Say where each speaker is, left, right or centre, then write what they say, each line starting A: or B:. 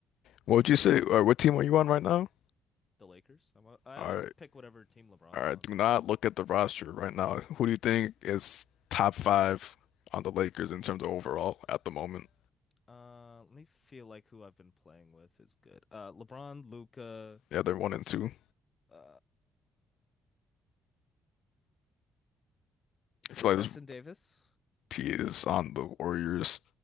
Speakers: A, on the left; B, on the left.
A: What would you say? Uh, what team are you on right now?
B: the Lakers. I'm, a- I always
A: All right.
B: pick whatever team LeBron's
A: All right.
B: on.
A: Do not look at the roster right now. Who do you think is top five on the Lakers in terms of overall at the moment?
B: Uh, let me feel like who I've been playing with is good. Uh, LeBron, Luca,
A: Yeah, they're one and two.
B: uh, Trey
A: I feel
B: Jackson
A: like this
B: Davis.
A: P is on the Warriors.